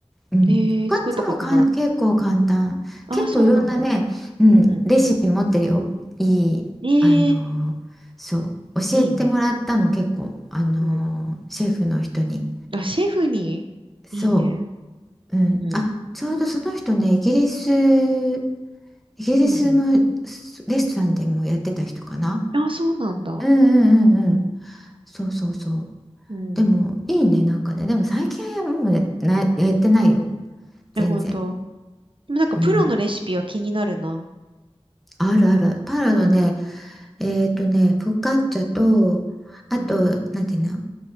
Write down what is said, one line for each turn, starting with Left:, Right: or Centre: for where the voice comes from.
Centre: うん。
Right: ええ作ったことない。
Centre: ホカッチャはかん、結構簡単。
Right: ああ、
Centre: 結構いろんなね、
Right: そうなんだ。
Centre: うん、
Right: うんう
Centre: レシピ持ってるよ。いい、
Right: ん。
Centre: あのーそう。
Right: ええ
Centre: 教えてもらったの結構、
Right: いいね。
Centre: あのーシェフの人に。
Right: うん。あ、シェフにいいね。
Centre: そう、うん、
Right: うん。
Centre: あ、ちょうどその人ね、イギリス、イギリスのすレストランでもやってた人かな。
Right: うんうん。ああ、そうなんだ。
Centre: うんうんうんうん。そうそうそう。
Right: うん。
Centre: でもいいね、
Right: い
Centre: なんかね、でも最近はもうね、な、やってないよ、
Right: や、
Centre: 全然。
Right: ほんと。でもなんかプロのレシピは気になるな。
Centre: うん、あるある。パラのね、
Right: うん。
Centre: えっとね、フォカッチャと、あと、
Right: うん。
Centre: なんていうの、